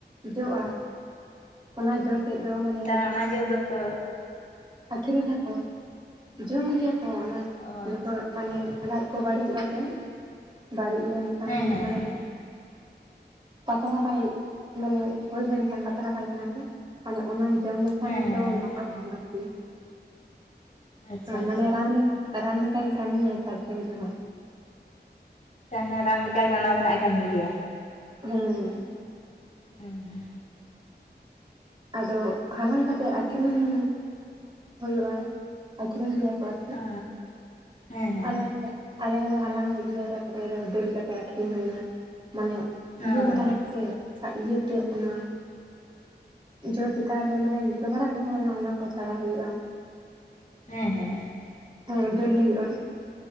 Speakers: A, on the right (about 30°); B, on the left (about 45°).
A: ᱡᱚᱜᱼᱟ ᱚᱱᱟ ᱡᱚᱼᱼ ᱮᱫ ᱫᱚ ᱢᱟᱱᱮᱼᱼ
B: ᱛᱟᱦᱚᱞᱮ ᱚᱱᱟ ᱡᱚ ᱫᱚᱠᱚᱼᱼ
A: ᱟᱠᱠᱷᱨᱤᱧ ᱟᱠᱚ ᱡᱚᱢ ᱜᱮᱭᱟᱠᱚ ᱚᱱᱟ
B: ᱚ
A: ᱡᱚᱠᱷᱚᱱᱼᱼ
B: ᱟᱪᱪᱷᱟ
A: ᱢᱟᱱᱮ ᱞᱟᱡ ᱠᱚ ᱵᱟᱹᱲᱤᱡᱚᱜᱼᱟ ᱥᱮ ᱵᱟᱹᱲᱤᱡ ᱞᱮᱱᱠᱷᱟᱱ
B: ᱦᱮᱸ ᱦᱮᱸ
A: ᱢᱟᱱᱮᱼᱼ
B: ᱦᱮᱸ
A: ᱯᱟᱛᱞᱟ ᱯᱟᱭ ᱢᱟᱱᱮ ᱦᱳᱭ ᱞᱮᱱᱠᱷᱟᱱ ᱯᱟᱛᱞᱟ ᱯᱟᱭᱠᱷᱟᱱᱟ ᱠᱚ ᱢᱟᱱᱮ ᱚᱱᱟᱼᱼ ᱡᱚᱢ ᱞᱮᱠᱷᱟᱱ
B: ᱦᱮᱸ
A: ᱫᱚ ᱱᱟᱯᱟᱭ
B: ᱦᱮᱸ
A: ᱟᱨᱠᱤ
B: ᱟᱪᱪᱷᱟ ᱟᱪᱪᱷᱟ
A: ᱢᱟᱱᱮ
B: ᱟᱪᱪᱷᱟ
A: ᱨᱟᱱᱼᱼ ᱨᱟᱢ ᱞᱮᱠᱟ ᱜᱮᱭ ᱠᱟᱹᱢᱤᱭᱟᱭ ᱥᱟᱨᱡᱚᱢ ᱡᱚ ᱦᱚᱸᱼᱼ
B: ᱛᱟᱦᱞᱮ ᱨᱟᱱ ᱞᱮᱠᱟᱜᱮ ᱚᱱᱟ ᱫᱚ ᱱᱟᱜ ᱮ ᱠᱟᱹᱢᱤ ᱜᱮᱭᱟ᱾
A: ᱦᱮᱸ
B: ᱦᱩᱸ ᱦᱩᱸ
A: ᱟᱫᱚ ᱦᱟᱞᱟᱝ ᱠᱟᱛᱮ ᱟᱠᱷᱨᱤᱧ ᱦᱩᱭᱩᱜᱼᱟ ᱟᱠᱷᱨᱤᱧ ᱜᱮᱭᱟ᱾ ᱚᱣᱟᱛᱮ
B: ᱚ ᱦᱮᱸ ᱦᱮᱸ
A: ᱟᱞᱮ ᱟᱞᱮ ᱦᱚᱸᱞᱮ ᱦᱟᱞᱟᱝ ᱞᱮᱫᱟ ᱜᱮᱭᱟ ᱛᱟᱯᱚᱨᱮᱫᱚ ᱫᱟᱹᱞ ᱠᱟᱛᱮᱫ ᱟᱠᱷᱨᱤᱧ ᱦᱩᱭᱱᱟ ᱢᱟᱱᱮᱼᱼ
B: ᱦᱳᱭ
A: ᱤᱭᱟᱹ ᱠᱚ ᱛᱟᱦᱮ ᱪᱮᱫ ᱤᱭᱟᱹᱛᱮ ᱚᱱᱟᱼᱼ ᱡᱚ ᱪᱮᱛᱟᱱ ᱨᱮ ᱢᱟᱱᱮ ᱡᱚᱵᱲᱟ ᱠᱚ ᱛᱟᱦᱮᱱᱟ ᱚᱱᱟ ᱠᱚ ᱪᱟᱬᱟᱣ ᱦᱩᱭᱩᱜᱼᱟ
B: ᱦᱮᱸ ᱦᱮᱸ
A: ᱦᱚᱸ <unintelligible> ᱦᱩᱭᱩᱜᱼᱟ